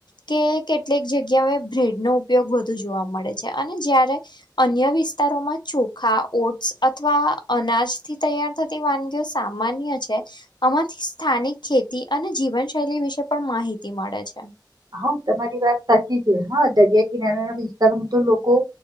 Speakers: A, on the left; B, on the right.
A: કે કેટલીક જગ્યાએ બ્રેડ નો ઉપયોગ વધુ જોવા મળે છે અને જયારે અન્ય વિસ્તારોમાં ચોખા, ઓટ્સ અથવા અનાજથી તૈયાર થતી વાનગીઓ સામાન્ય છે. આમાંથી સ્થાનિક ખેતી અને જીવનશૈલી વિશે પણ માહિતી મળે છે.
B: હા તમારી વાત સાચી છે. હા દરિયા કિનારાના વિસ્તારમાં તો લોકો